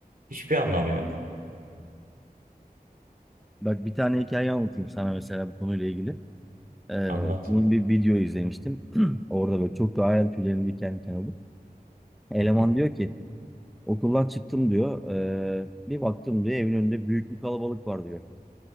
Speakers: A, on the right (about 65°); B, in the centre.
A: Hiçbir anlamı yok.
B: Bak bir tane hikaye anlatayım sana mesela bu konuyla ilgili. Ee,
A: Anlat.
B: bunun bir video izlemiştim. <clears throat> Orada böyle çok da hayal tüylerim diken diken oldu. Eleman
A: Hı
B: diyor ki okuldan çıktım diyor. "Ee, bir baktım diyor evin önünde büyük bir kalabalık var diyor.